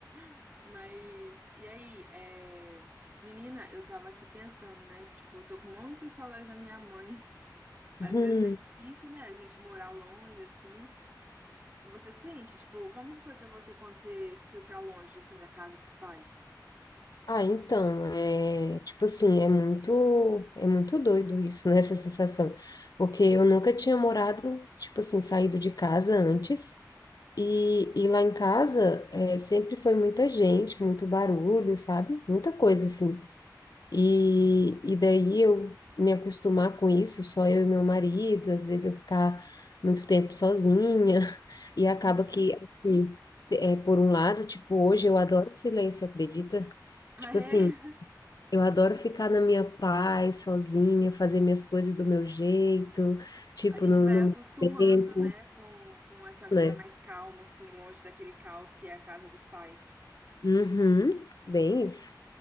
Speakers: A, on the right (about 25°); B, on the left (about 60°).
A: <laughs> Mas, e aí, é... menina, eu tava aqui pensando, né? que, Tipo, eu tô com muita saudade da minha mãe. Às
B: Uhum.
A: vezes é difícil, né? A gente morar longe, assim. Você sente, tipo, como que foi pra você quando você foi pra longe, assim, da casa dos pais?
B: Ah, então, é tipo assim, é muito, é muito doido isso, né? Essa sensação. Porque eu nunca tinha morado, tipo assim, saído de casa antes. E, e lá em casa é, sempre foi muita gente, muito barulho, sabe? Muita coisa assim. E, e daí eu me acostumar com isso, só eu e meu marido, às vezes eu ficar muito tempo sozinha, <laughs> e acaba
A: Uhum.
B: que, assim, é, por um lado, tipo, hoje eu adoro o silêncio, acredita?
A: Ah,
B: Tipo
A: é?
B: assim, eu adoro ficar na minha paz, sozinha, fazer minhas coisas do meu jeito, tipo,
A: A gente
B: no,
A: vai
B: no
A: acostumando,
B: meu tempo,
A: né, com, com essa vida
B: né?
A: mais calma, assim, longe daquele caos que é a casa dos pais.
B: Uhum, bem isso.